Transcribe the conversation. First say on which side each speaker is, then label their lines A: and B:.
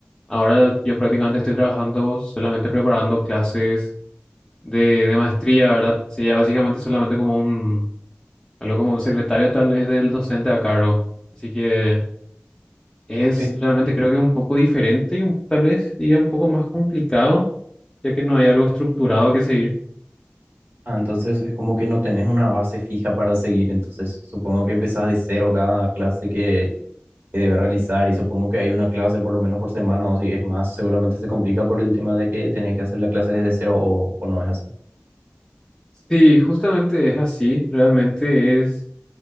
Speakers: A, on the left (about 15°); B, on the right (about 60°).
A: ahora yo prácticamente estoy trabajando solamente preparando clases de, de maestría, ¿verdad? Sería básicamente solamente como un, algo como un secretario tal vez del docente a cargo. Así que es
B: Eh,
A: realmente creo que un poco diferente y un- tal vez ya un poco más complicado, ya que no hay algo estructurado que seguir.
B: ah, entonces es como que no tenés una base fija para seguir, entonces supongo que empezás de cero cada clase que que debe realizar y supongo que hay una clase por lo menos por semana o si es más, seguramente se complica por el tema de que tenés que hacer la clase desde cero o, o no es así.
A: Sí, justamente es así, realmente es...